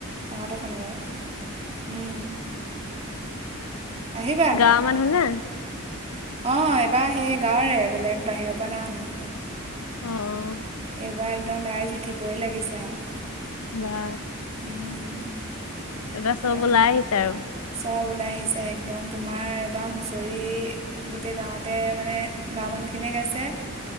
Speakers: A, on the right; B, on the left.
A: অহাটো শনিবাৰে। আহিবা
B: গাঁৱ মানুহ নে?
A: অ এইবাৰ সেই গাঁৱৰে। বেলেগ বাহিৰৰ পৰা নাই অনা।
B: অহ।
A: কেতিবাৰ একদম ৰাইজ উঠিবই লাগিছে আৰু।
B: বাহ
A: উম,
B: এবা
A: একদম
B: চব ওলাই আহিছে আৰু।
A: চব ওলাই আহিছে একদম, তোমাৰ এবাৰ হুঁচৰি গোটেই গাঁৱতে মানে গাঁৱৰ মানুহখিনিয়ে পিছে